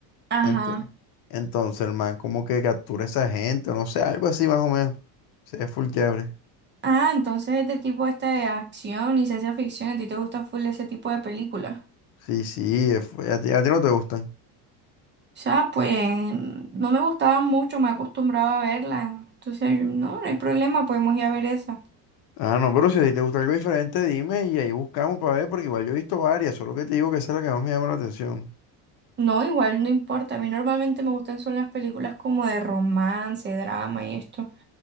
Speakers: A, on the right; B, on the left.
A: Ajá.
B: Entonces, entonces el man como que captura a esa gente, o no sé, algo así más o menos. Se ve full chévere.
A: Ah, entonces este tipo este de acción y ciencia ficción, ¿a ti te gusta full ese tipo de películas?
B: Sí, sí, es fu- a ti, a ti no te gustan.
A: O sea, pues no me gustaban mucho, me acostumbraba a verlas. Entonces, no, no hay problema, podemos ir a ver esa.
B: Ah, no, pero si a ti te gusta algo diferente, dime y ahí buscamos para ver, porque igual yo he visto varias, solo que te digo que esa es la que más me llama la atención.
A: No, igual no importa. A mí normalmente me gustan son las películas como de romance, drama y esto,